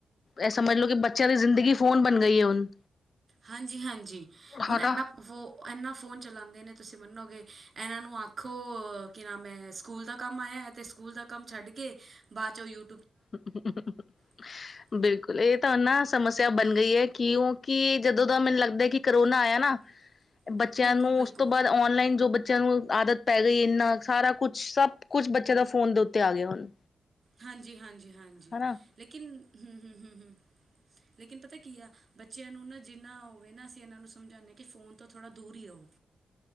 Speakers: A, on the left; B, on the right.
A: ਐ ਸਮਝ ਲੋ ਕੀ ਬੱਚਿਆਂ ਦੀ ਜ਼ਿੰਦਗੀ ਫੋਨ ਬਣ ਗਈ ਐ ਹੁਣ।
B: ਹਾਂਜੀ-ਹਾਂਜੀ ਹੁਣ
A: ਹਨਾ।
B: ਐਨਾਂ ਵੋ ਐਨਾਂ ਫੋਨ ਚਲਾਂਦੇ ਨੇ ਤੁਸੀਂ ਮੰਨੋਗੇ ਐ ਨਾਂ ਨੂੰ ਆਖੋ ਕੀ ਨਾਮ ਐ ਸਕੂਲ ਦਾ ਕੰਮ ਆਇਆ ਤੇ ਸਕੂਲ ਦਾ ਕੰਮ ਛੱਡ ਕੇ ਬਾਦ ਚੋਂ ਯੂ
A: <inaudible>
B: <inaudible>
A: ਬਿਲਕੁੱਲ ਏ ਤਾਂ ਨਾ ਸਮੱਸਿਆ ਬਣ ਗਈ ਐ ਕਿਉਂਕੀ ਜਦੋਂ ਦਾ ਮੈਨੂੰ ਲੱਗਦਾ ਕੀ ਕਰੋਨਾ ਆਇਆ ਨਾ
B: <unintelligible>
A: ਬੱਚਿਆਂ
B: ਬਿਲਕੁਲ
A: ਨੂੰ
B: ਬਿਲਕੁਲ
A: ਉਸ ਤੋਂ ਬਾਦ ਔਨਲਾਈਨ ਜੋ ਬ ਚਿਆਂ ਨੂੰ ਆਦਤ ਪੈ ਗਈ ਇੰਨਾ ਸਾਰਾ ਕੁਛ ਸਭ ਕੁਛ ਬੱਚਿਆਂ ਦਾ ਫੋਨ ਦੇ ਉੱਤੇ ਆ ਗਿਆ ਹੁਣ।
B: ਹਾਂਜੀ-ਹਾਂਜੀ-ਹਾਂਜੀ ਲੇਕਿਨ
A: ਹਨਾ
B: ਹੂੰ-ਹੂੰ-ਹੂੰ-ਹੂੰ ਲੇਕਿਨ ਪਤਾ ਕੀ ਆ ਬੱਚਿਆਂ ਨੂੰ ਨਾ ਜਿੰਨਾ ਹੋਵੇ ਨਾ ਅਸੀਂ ਏਨਾਂ ਨੂੰ ਸਮਝਾਨੇ ਆ ਕੀ ਫੋਨ ਤੋਂ ਥੋੜ੍ਹਾ ਦੂਰ ਈ ਰਓ।